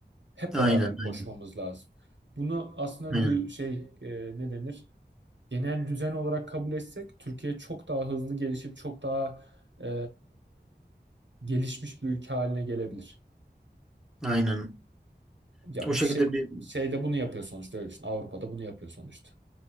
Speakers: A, on the right (about 80°); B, in the centre.
A: Hep
B: aynen
A: beraber koşmamız
B: aynen.
A: lazım. Bunu aslında
B: Aynen.
A: dü- şey e, ne denir? Genel düzen olarak kabul etsek Türkiye çok daha hızlı gelişip çok daha e, gelişmiş bir ülke haline gelebilir.
B: Aynen.
A: Ya
B: O şekilde
A: şey
B: bir
A: şeyde bunu yapıyor sonuçta öyle düşün. Avrupa'da bunu yapıyor sonuçta.